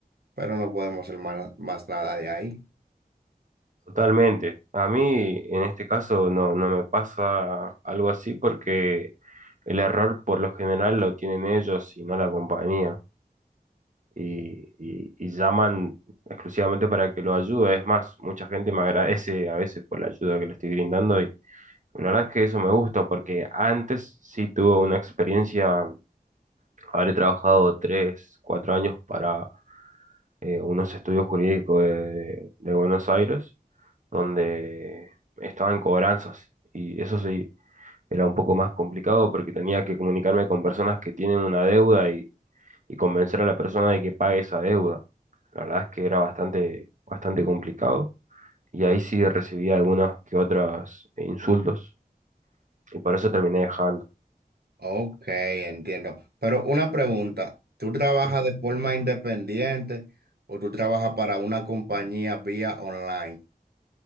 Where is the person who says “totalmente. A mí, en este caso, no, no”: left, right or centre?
Right